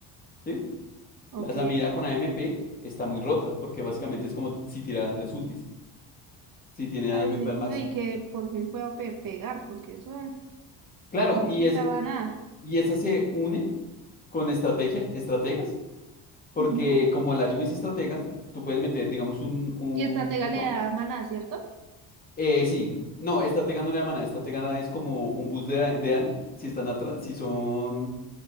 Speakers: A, on the left; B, on the right.
A: ¿sí?
B: ok.
A: La Samira con AMP está muy rota, porque básicamente es como si tirara tres ultis, si tiene
B: Ay,
A: AMP
B: sí,
A: al
B: no,
A: máximo.
B: y que por fin pueda pe- pegar, porque eso eh,
A: Claro,
B: no
A: y
B: quitaba
A: es,
B: nada.
A: Y esa se une con estrategia, estrategas, porque
B: Ujú.
A: como la Yumi es estratega, tú puedes meter, digamos, un, un
B: Y estratega
A: eco.
B: le da maná, ¿cierto?
A: Eh, sí, no, estratega no le llama nada, estratega es como un bus de, da- de daño, si están atra- si son